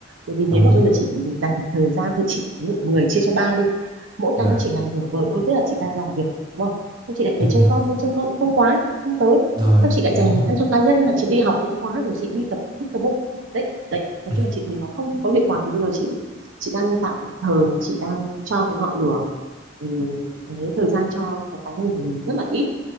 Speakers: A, on the right; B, on the right.
A: bởi vì nếu
B: đúng
A: mà
B: rồi
A: bây giờ chị dành thời gian thì chị ví dụ 10 chia cho ba đi mỗi
B: dạ
A: cái nó chỉ làm nửa vời thôi tức là chị đang làm việc đúng không xong chị lại
B: em
A: phải trông
B: hiểu
A: con nhưng trông con cũng không quá không tới
B: rồi
A: xong chị lại
B: đúng
A: dành
B: rồi
A: thời gian cho cá nhân là chị đi học cũng khóa rồi chị đi tập pickleball đấy đấy nói
B: <clears throat>
A: chung là chị thấy nó không có hiệu quả thì bây giờ chị chị đang tạm thời là chị đang cho cái ngọn lửa ừ, cái thời gian cho cái cá nhân của mình rất là ít